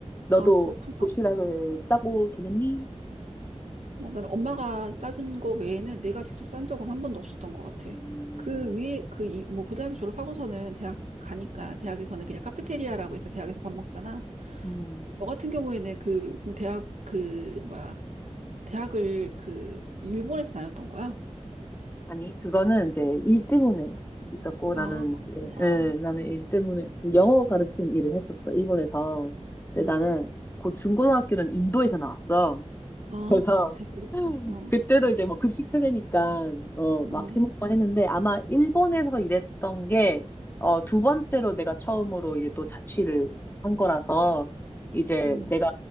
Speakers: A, on the left; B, on the right.
A: 너도
B: 아, 그렇구나.
A: 도시락을 싸고 다녔니?
B: 어, 나는 엄마가 싸준 거 외에는 내가 직접 싼 적은 한 번도 없었던 것 같아.
A: 음,
B: 그 위에, 그, 이, 뭐, 고등학교 졸업하고서는 대학 가니까, 대학에서는 그냥 카페테리아라고 해서 대학에서 밥 먹잖아.
A: 음.
B: 너 같은 경우에는 그, 대학, 그, 뭐야, 대학을 그, 일본에서 다녔던 거야?
A: 아니, 그거는 이제 일 때문에 있었고,
B: 아,
A: 나는
B: 그렇구나.
A: 이제, 예, 나는 일 때문에 그 영어 가르치는 일을 했었어, 일본에서. 근데
B: 음,
A: 나는 고 중고등학교는 인도에서 나왔어.
B: 아,
A: 그래서
B: 대박이다.
A: <laughs>
B: 어,
A: 그때도 이제 뭐 급식 세대니까 어 막
B: 음,
A: 해먹고 했는데 아마 일본에서 일했던 게 어 두 번째로 내가 처음으로 이제 또 자취를 한 거라서 이제
B: 음.
A: 내가